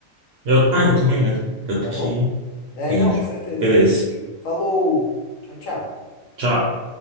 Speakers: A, on the right; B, on the left.
A: Eu, ah, eu também, né? Tanto
B: tá
A: que.
B: bom? É,
A: Rende.
B: não, com certeza.
A: Beleza.
B: Falou! Tchau, tchau.
A: Tchau.